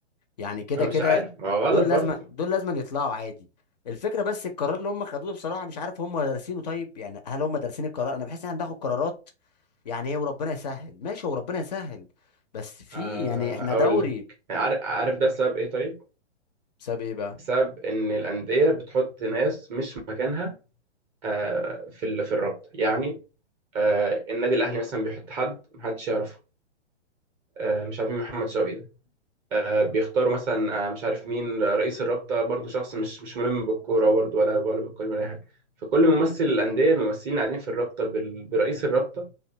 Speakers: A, on the left; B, on the right.
A: يعني كده
B: انا
A: كده
B: مش عارف ما هو
A: دول
B: غلط برضو
A: لازم دول لازم يطلعوا عادي الفكره بس القرار اللي هم خدوه ده بصراحه مش عارف هم دارسينه طيب يعني هل هم دارسين القرار انا بحس ان احنا بناخد قرارات يعني ايه وربنا يسهل ماشي هو ربنا يسهل بس في
B: آه،
A: يعني احنا
B: اقول
A: دوري
B: لك عارف عارف ده بسبب ايه طيب
A: بسبب ايه بقى
B: بسبب ان الانديه بتحط ناس مش مكانها آه، في ال- في الرابطه يعني آه، النادي الاهلي مثلا بيحط حد محدش يعرفه آه، مش عارف مين محمد شوقي ده. آه، بيختاروا مثلا آه، مش عارف مين آه، رئيس الرابطة برضو شخص مش مش ملم بالكورة برضو ولا ولا بالقانون ولا أي حاجة فكل ممثل الأندية الممثلين اللي قاعدين في الرابطة بال- برئيس الرابطة